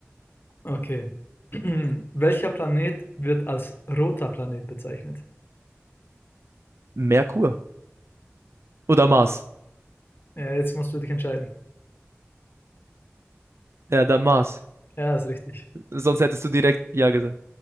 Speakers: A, on the left; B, on the right.
A: Okay. <clears throat> Welcher Planet wird als roter Planet bezeichnet?
B: Merkur. Oder Mars.
A: Ja, jetzt musst du dich entscheiden.
B: Ja, dann Mars.
A: Ja, ist richtig.
B: Sonst hättest du direkt Ja gesagt.